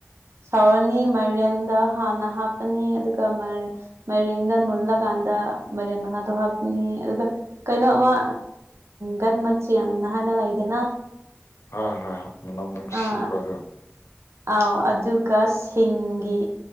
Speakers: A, on the right (about 70°); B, on the left (about 75°).
A: ꯁꯧꯔꯅꯤ ꯃꯥꯢꯔꯦꯟꯗꯣ ꯍꯥꯟꯅ ꯍꯥꯞꯄꯅꯤ ꯑꯗꯨꯒ ꯃꯥꯏ ꯃꯥꯢꯔꯦꯡꯗꯣ ꯃꯨꯜꯂꯀꯥꯟꯗ ꯃꯥꯏꯔꯦꯝ ꯃꯅꯥꯗꯣ ꯍꯥꯞꯄꯅꯤ ꯑꯗꯨꯒ ꯀꯩꯅꯣ ꯑꯃ ꯒꯟ ꯃꯆꯦꯡꯅ ꯍꯥꯢꯅ ꯂꯩꯗꯅ
B: ꯍꯣꯢ ꯍꯣꯢ ꯃꯅꯝ ꯅꯨꯡꯁꯤꯕꯗꯣ
A: ꯑꯥ ꯑꯥꯎ ꯑꯗꯨꯒ ꯁꯤꯡꯒꯤ